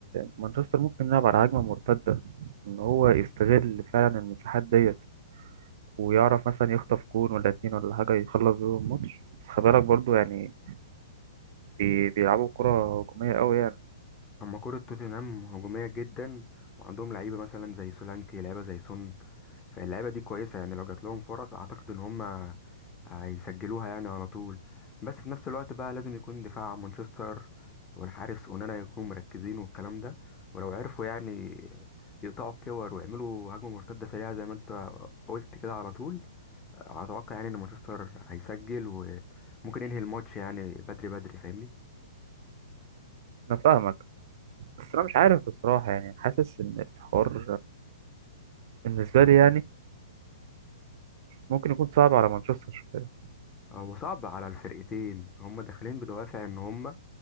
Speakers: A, on the right (about 50°); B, on the left (about 20°).
A: مانشستر ممكن يلعب على هجمة مرتدة إن هو يستغل فعلا المساحات ديت ويعرف مثلا يخطف جون ولا اتنين ولا حاجة يخلص بيهم الماتش بس خلي بالك برضه يعني بي- بيلعبوا كرة هجومية قوي يعني
B: اما كرة توتنهام هجومية جدا وعندهم لعيبة مثلا زي سولانكي لعيبة زي سون فاللعيبة دي كويسة يعني لو جات لهم فرص اعتقد ان هم هيسجلوها يعني على طول بس في نفس الوقت بقى لازم يكون دفاع مانشستر والحارس اونانا يكونوا مركزين والكلام ده ولو عرفوا يعني يقطعوا الكور ويعملوا هجمة مرتدة سريعة زي ما انت قلت كده على طول اتوقع يعني ان مانشستر هيسجل وممكن ينهي الماتش يعني بدري بدري فاهمني
A: أنا فاهمك بس أنا مش عارف بصراحة يعني حاسس إن الحوار بالنسبة لي يعني ممكن يكون صعب على مانشستر شوية
B: هو صعب على الفرقتين هم داخلين بدوافع ان هم